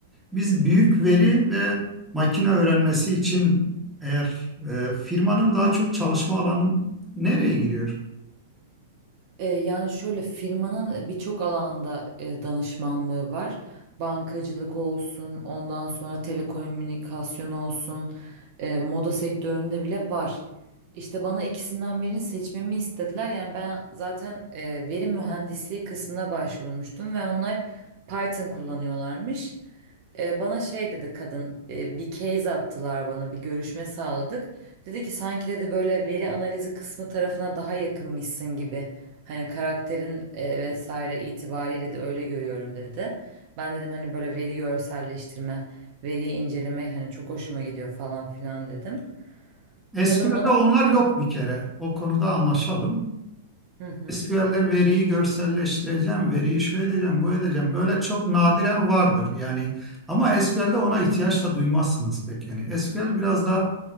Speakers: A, in the centre; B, on the right.
A: biz büyük veri ve makine öğrenmesi için eğer e, firmanın daha çok çalışma alanı nereye giriyor?
B: E, Yani şöyle firmanın birçok alanda e, danışmanlığı var. Bankacılık olsun, ondan sonra telekomünikasyon olsun, e, moda sektöründe bile var. İşte bana ikisinden birini seçmemi istediler. Yani ben zaten e, veri mühendisliği kısmına başvurmuştum ve onlar Python kullanıyorlarmış. E, bana şey dedi kadın e, bir case attılar bana bir görüşme sağladık. Dedi ki sanki dedi böyle veri analizi kısmı tarafına daha yakınmışsın gibi. Hani karakterin e, vesaire itibariyle de öyle görüyorum dedi. Ben dedim hani böyle veri görselleştirme, veriyi inceleme hani çok hoşuma gidiyor falan filan dedim.
A: SQL'de
B: Kadın bana
A: onlar yok bir kere. O konuda anlaşalım.
B: hı hı.
A: SQL'de veriyi görselleştireceğim, veriyi şu edeceğim, bu edeceğim. Böyle çok nadiren vardır yani. Ama SQL'de ona ihtiyaç da duymazsınız pek. Yani SQL biraz daha